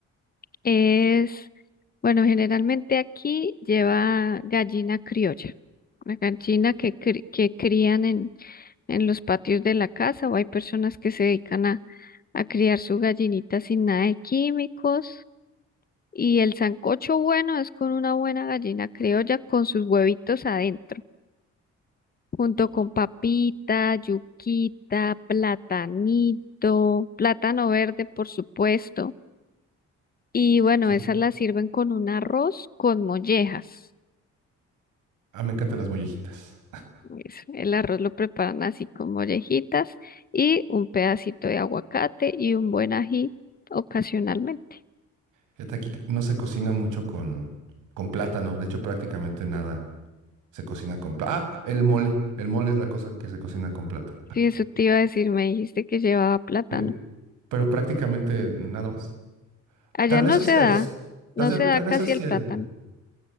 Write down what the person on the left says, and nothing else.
Es, bueno, generalmente aquí lleva gallina criolla, una gallina que, cri- que crían en, en los patios de la casa o hay personas que se dedican a, a criar su gallinita sin nada de químicos. Y el sancocho bueno es con una buena gallina criolla con sus huevitos adentro, junto con papita, yuquita, platanito, plátano verde, por supuesto. Y bueno,
esas las sirven con un arroz con mollejas.
Es- El arroz lo preparan así con mollejitas y un pedacito de aguacate y un buen ají ocasionalmente.
Sí, eso te iba a decir, me dijiste que llevaba plátano.
Allá
no
se da,
no
se da
casi
el plátano.